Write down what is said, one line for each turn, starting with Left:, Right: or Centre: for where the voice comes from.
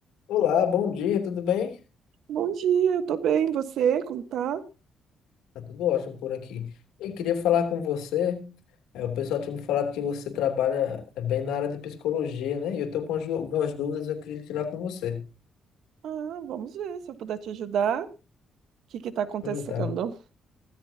Left: Olá, bom dia, tudo bem?
Right: Bom dia, eu tô bem. Você, como tá?
Left: Tá tudo ótimo por aqui. Eu queria falar com você. É, o pessoal tinha me falado que você trabalha é, bem na área de psicologia, né? E eu tô com as du- algumas dúvidas, eu queria tirar com você.
Right: Ah, vamos ver se eu puder te ajudar. O que que tá acontecendo?
Left: Hum, tá.